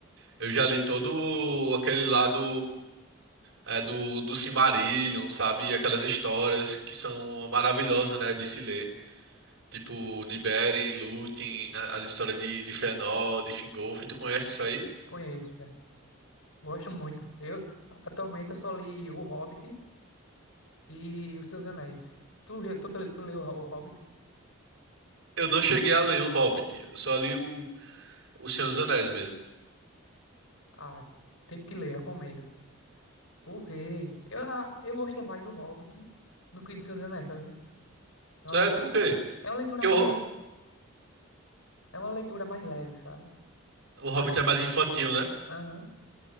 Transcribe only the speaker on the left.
Conheço, velho. Gosto muito. Eu atualmente eu só li O Hobbit e os Senhor dos Anéis. Tu, re- tu, tu leu O Hobbit?
Ah, tem que ler, recomendo. Porque eu, a- eu gostei mais do Hobbit do que do Senhor dos Anéis, sabia? É uma
leitura,
é uma leitura
mais,
le- é uma leitura mais leve, sabe?
Mais,
aham.